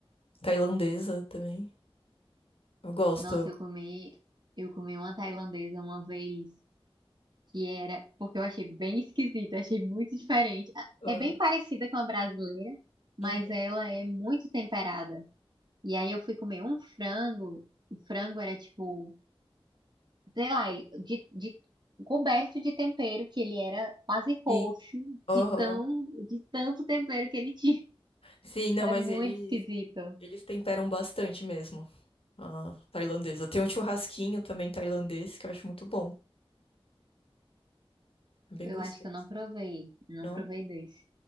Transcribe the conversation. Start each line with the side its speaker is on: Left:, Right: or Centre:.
Left: tailandesa também. Eu gosto.
Right: Nossa, eu comi, eu comi uma tailandesa uma vez, que era, porque eu achei bem esquisita, achei muito diferente. Ah,
Left: Aham.
Right: É bem parecida com a brasileira, mas
Left: Uhum.
Right: ela é muito temperada. E aí eu fui comer um frango, o frango era tipo sei lá, ele- de, de- coberto de tempero, que ele era quase roxo,
Left: Sim. Aham.
Right: de tão, de tanto tempero que ele tinha.
Left: Sim,
Right: <laughs>
Left: não,
Right: Era
Left: mas
Right: muito
Left: eles,
Right: esquisito.
Left: eles temperam bastante mesmo. Ah, tailandesa. Tem um churrasquinho também tailandês que eu acho muito bom. É Bem
Right: Eu
Left: gostoso,
Right: acho que eu não provei, não
Left: não?
Right: provei desse.